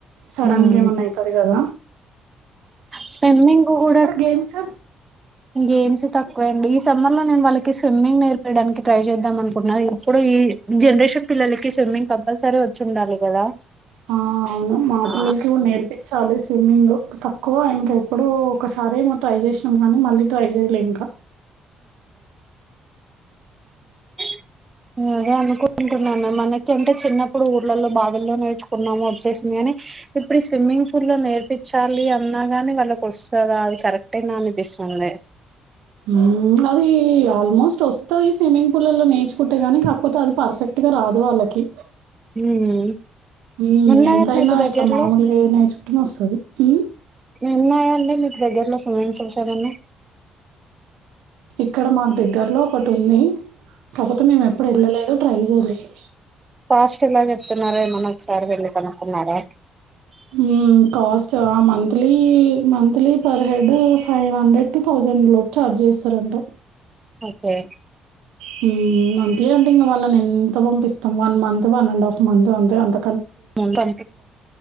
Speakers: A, on the right; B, on the right.
A: సడన్
B: ఉమ్
A: గా ఏమన్నా ఐతది గద
B: స్విమ్మింగ్ కూడా
A: గేమ్స్?
B: గేమ్స్ తక్కువ అండి ఈ సమ్మర్ లో నేను వాళ్ళకి స్విమ్మింగ్ నేర్పయడానికి ట్రై చేద్దాం అనుకున్నా ఇప్పుడు ఈ జనరేషన్ పిల్లలకి స్విమ్మింగ్ కంపల్సరీ వచ్చి ఉండాలి కదా
A: ఆ అవును మా
B: ఆ
A: పిల్లలకి కూడా నేర్పించాలి స్విమ్మింగ్ తక్కువ ఇంక ఎప్పుడూ- ఒకసారిమో ట్రై చేసినాం కానీ మళ్ళీ ట్రై చేయలే ఇంకా
B: <inaudible> ున్నా మనకి అంటే చిన్నప్పుడు ఊర్లలో బావుల్లో నేర్చుకున్నాము వచ్చేసింది కాని ఇప్పుడు స్విమ్మింగ్ పూల్లో నేర్పించాలి అన్నా గాని వాళ్ళకి వస్తదా కరెక్ట్ అయినా అనిపిస్తుంది
A: ఊమ్ అది ఆల్మోస్ట్ వస్తది స్విమ్మింగ్ పూలల్ల్లో నేర్చుకుంటే కాగాని కాకపోతే అది పర్ఫెక్ట్ గా రాదు వాళ్ళకి
B: హ్మ్.
A: హుమ్
B: ఉన్నాయా
A: ఎంతయినా
B: మీకు దగ్గరలో
A: ఇట్లా మామూలుగా ఏ నేర్చుకుంటేనే వస్తది హూ
B: ఉన్నాయా అండి మీకు దగ్గరలో స్విమ్మింగ్పూల్స్ ఎం ఉన్నాయి
A: ఇక్కడ మా దగ్గరలో ఒకటి ఉంది కాకపోతే మేము ఎప్పుడు వెళ్ళలేదు ప్రైజోలుసి
B: ఫస్ట్ ఎలాగతే తున్నారా మన ఒకసారి వెళ్ళి కనుక్తున్నారా
A: హుమ్ cost monthly monthly per head five hundred two thousand లోపు ఛార్జ్ చేస్తారంట
B: ఓకే
A: హుమ్ మంత్లీ అంట ఇంకా వాళ్ళకి ఉమ్ ఎంత పంపిస్తాం one month one and half month అంతే అంత
B: ముందు